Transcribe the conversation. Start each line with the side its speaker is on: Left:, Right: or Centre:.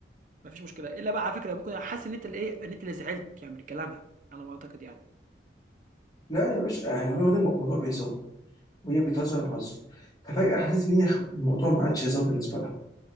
Right: مفيش مشكله الا بقى على فكره ممكن حاسس ان انت اللي ايه ان انت اللي زعلت يعني من كلامها على ما اعتقد يعني
Left: لا يا باشا احنا الموضوع بيهزر وهي بتهزر انا بهزر ففجأة حسيت ان هي الموضوع ما عادش هزار بالنسبة لها